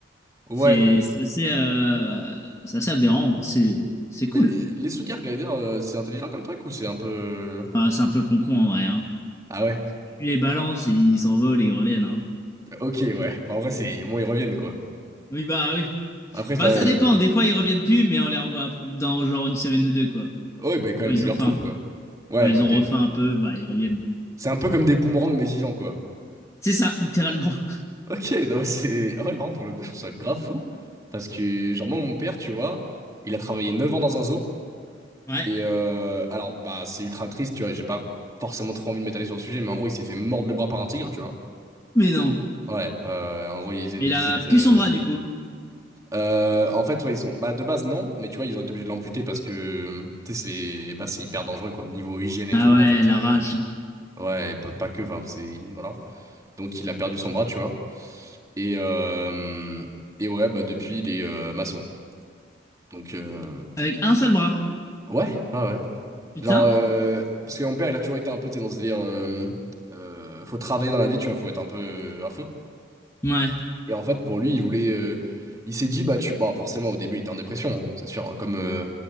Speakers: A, on the right (about 20°); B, on the left (about 15°).
A: Ouais.
B: C'est c'est assez, euh, c'est assez aberrant. C'est c'est cool.
A: Mais les, les Sugar Glider, euh, c'est intelligent comme truc ou c'est un peu.
B: Bah, c'est un peu con-con en vrai. Hein.
A: Ah ouais,
B: Tu les balances, et ils s'envolent et ils reviennent. Hein.
A: ok, ouais. Bah, en vrai, c'est au moins ils reviennent, quoi.
B: Oui, bah oui.
A: Après, j'a-
B: Bah ça dépend. Des fois, ils reviennent plus, mais on les revoit dans genre une semaine ou deux, quoi.
A: ouais, mais quand
B: Quand
A: même,
B: ils
A: tu les
B: ont
A: retrouves,
B: faim.
A: quoi. Ouais,
B: Quand ils
A: ok.
B: ont refaim un peu, bah ils reviennent.
A: C'est un peu comme des boomerangs, mais vivants, quoi.
B: C'est ça, littéralement. <laughs>
A: Ok, non, mais c'est... Ah Ouais, par contre, pour le coup, je trouve ça grave fou. Parce que, genre, moi, mon père, tu vois, il a travaillé 9 ans dans un zoo.
B: Ouais.
A: Et euh, alors, bah, c'est ultra triste, tu vois, et j'ai pas forcément trop envie de m'étaler sur le sujet, mais en gros, il s'est fait mordre le bras par un tigre, tu vois.
B: Mais non.
A: Ouais, euh, en gros, ils faisaient une
B: Mais il
A: visite.
B: a plus
A: euh,
B: son bras du coup.
A: euh, en fait, ouais, ils ont. Bah, de base, non, mais tu vois, ils ont été obligés de l'amputer parce que. Tu sais, c'est les- bah, c'est hyper dangereux, quoi. Niveau hygiène et
B: Ah
A: tout,
B: ouais,
A: en fait,
B: la
A: euh,
B: rage.
A: Ouais, et p- pas que, enfin, c'est... Voilà. Donc, il a perdu son bras, tu vois. Et, euh, et ouais, bah, depuis, il est euh, maçon. Donc, euh,
B: Avec un seul bras.
A: ouais, ouais, ouais.
B: Putain.
A: Genre, euh, parce que mon père, il a toujours été un peu, tu sais, dans ce délire... euh, euh, faut travailler dans la vie, tu vois, faut être un peu euh, à fond.
B: Ouais.
A: Et en fait, pour lui, il voulait... euh, il s'est dit, bah, tu... Bon, forcément, au début, il était en dépression, hein, c'est sûr, hein, comme euh,